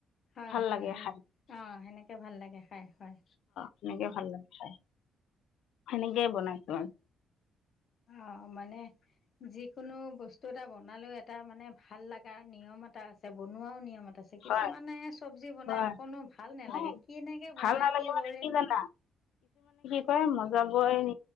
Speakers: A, on the left; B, on the left.
A: হয়
B: ভাল
A: হয়
B: লাগে
A: হয়
B: খাই
A: অ সেনেকে ভাল লাগে খাই হয়
B: সেনেকে ভাল লাগে খাই সেনেকেই বনাইছোঁ
A: অ মানে যিকোনো বস্তু এটা বনালেও এটা মানে ভাল লগা নিয়ম এটা আছে বনোৱাও নিয়ম এটা আছে কিছুমানে
B: হয়
A: চব্জি বনাই
B: হয়
A: অকনো ভাল নালাগে
B: উম,
A: কেনেকে
B: ভাল
A: বনাই
B: নালাগে
A: কি
B: মানে
A: কৰে
B: জানা <unintelligible> মজাবই